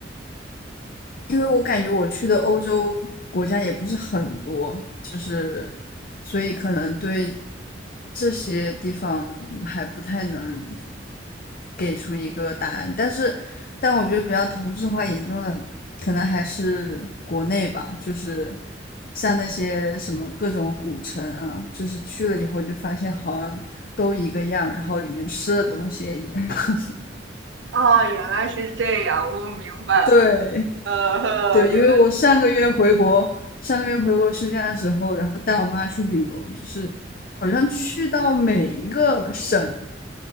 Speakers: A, on the left; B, on the right.
A: 因为我感觉我去的欧洲国家也不是很多，就是所以可能对这些地方还不太能给出一个答案。但是，但我觉得比较同质化严重的，可能还是国内吧，就是像那些什么各种古城啊，就是去了以后就发现好像都一个样，然后里面吃的东西也一样。<laughs>
B: 哦，原来是这样，我明白了。
A: 对，
B: <laughs> 呃，
A: 对，
B: 原来。
A: 因为我上个月回国，上个月回国休假的时候，然后带我妈去旅游，就是好像去到每一个省